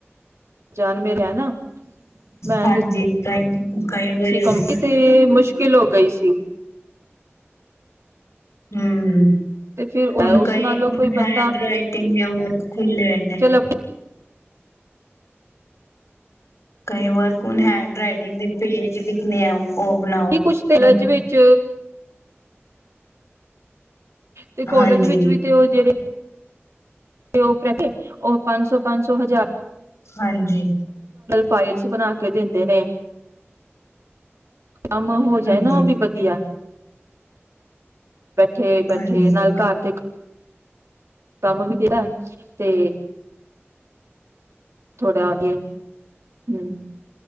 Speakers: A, on the right (about 75°); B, on the left (about 80°).
A: ਜਾਣ ਮੇਰੇ ਹੈ ਨਾ ਮੈਂ
B: ਹਾਂਜੀ ਕਈ ਵਾਰੀ
A: <unintelligible>
B: ਹੂੰ
A: ਤੇ ਮੁਸ਼ਕਿਲ ਹੋ ਗਈ ਸੀ।
B: ਹੂੰ।
A: ਤੇ ਫਿਰ
B: ਹੁਨ
A: ਉਸ
B: ਕਈ,
A: ਨਾਲੋਂ
B: ਹੁਨ
A: ਕੋਈ ਬੰਦਾ
B: ਹੈਂਡਰਾਈਟਿੰਗ ਏ ਓਹੋ ਖੁੱਲੇ ਹੋਏ ਨੇ।
A: ਚਲੋ
B: ਕਈ ਵਰਕ ਹੁਨ ਹੈਂਡਰਾਈਟ ਟਿੰਗ ਦੇ ਪੇਜ ਲਿਖ ਨੇ ਆ ਉਹ ਬਣਾਓ
A: ਕੀ ਕੁਛ ਤਿਲਜ ਵਿੱਚ ਤੇ ਕੋਲਜ
B: ਹਾਂਜੀ,
A: ਵਿੱਚ ਵੀ ਤੇ ਓ ਜੇੜੇ ਤੇ ਓਪ ਰੈ ਕੇ, ਓਹ ਪੰਸ ਸੌ, ਪੰਸ ਸੌ, ਹਜਾਰ
B: ਹਾਂਜੀ।
A: ਫਾਈਲਸ ਬਨਾ ਕੇ ਦਿੰਦੇ ਨੇ। ਕੰਮ ਹੋ ਜਾਏ
B: ਹਾਂਜੀ,
A: ਨਾ ਓ ਵੀ ਵਦੀਆ ਤਾ ਬੈਠੇ, ਬੈਠੇ
B: ਹਾਂਜੀ।
A: ਨਾਲ ਘਰ ਦੇ ਕੰਮ ਵੀ ਤੇਰਾ ਤੇ ਥੋੜਾ ਆਗੇ ਹੁਂ